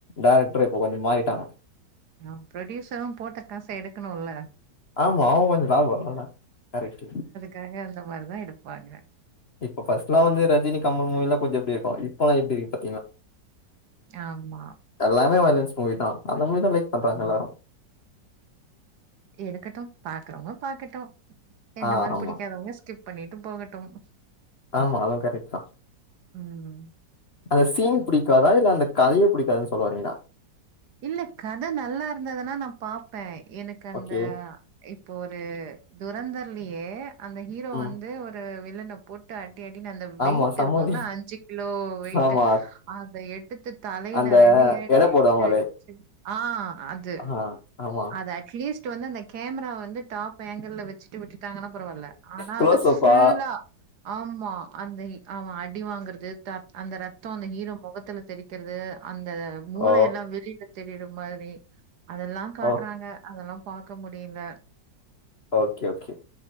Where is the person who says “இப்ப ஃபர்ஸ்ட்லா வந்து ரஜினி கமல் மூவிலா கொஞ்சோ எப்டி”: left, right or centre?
Left